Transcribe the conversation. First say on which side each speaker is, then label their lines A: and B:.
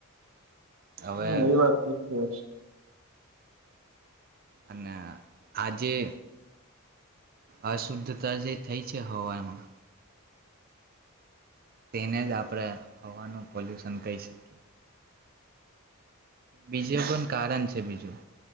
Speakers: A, on the right; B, on the right.
A: હવે
B: હમ એ વાત તો છે જ
A: અને આજે અશુદ્ધતા જે થઈ છે ભવા એમાં તેને જ આપણેે હવાનું પોલ્યુશન કહી શકીએ બીજું પણ કારણ છે. બીજું